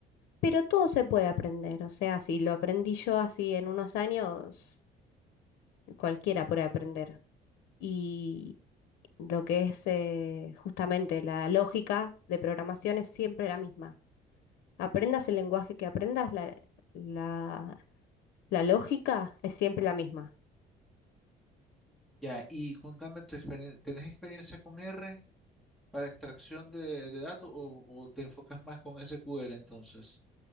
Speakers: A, on the left; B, in the centre.
A: Pero todo se puede aprender, o sea, si lo aprendí yo así en unos años, cualquiera puede aprender. Y lo que es eh, justamente la lógica de programación es siempre la misma. Aprendas el lenguaje que aprendas, la, la- la lógica es siempre la misma.
B: Ya, y contame tu experiencia, ¿tenés experiencia con R para extracción de, de datos o, o te enfocas más con SQL entonces?